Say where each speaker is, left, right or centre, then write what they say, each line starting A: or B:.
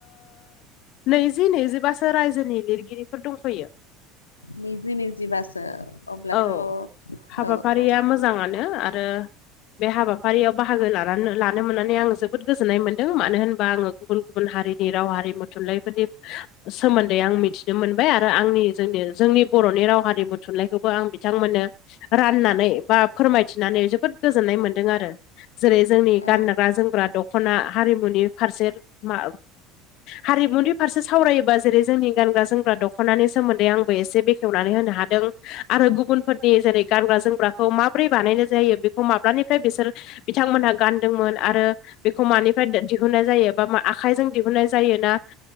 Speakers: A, on the left; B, on the left.
A: नैजि नैजिबासो रायजोनि लिरगिरिफोर दंफैयो
B: नैजि नैजिबासो अब्लाथ'
A: औ
B: औ
A: हाबाफारिया
B: औ
A: मोजाङानो आरो बे हाबाफारियाव बाहागो लानानै लानो मोननानै आं जोबोद गोजोननाय मोनदों मानो होनबा आङो गुबुन गुबुन हारिनि राव हारिमु थुनलाइफोरनि सोमोन्दै आं मिथिनो मोनबाय आरो आंनि जोंनि जोंनि बर'नि राव हारिमु थुनलाइखौबो आं बिथांमोननो राननानै बा फोरमायथिनानै जोबोद गोजोननाय मोनदों आरो जेरै जोंनि गानग्रा
B: औ
A: जोमग्रा दख'ना हारिमुनि फारसे मा हारिमुनि फारसे सावरायोबा जेरै जोंनि गानग्रा जोमग्रा दख'नानि सोमोन्दै आंबो एसे बे खेवनानै होनो हादों आरो गुबुनफोरनि जेरै गानग्रा जोमग्राखौ माबोरै बानायनाय जायो बे माब्लानिफ्राय बिसोर बिथांमोनहा गानदोंमोन आरो बेखौ मानिफ्राय दिहुननाय जायो बा मा आखाइजों दिहुननाय जायो ना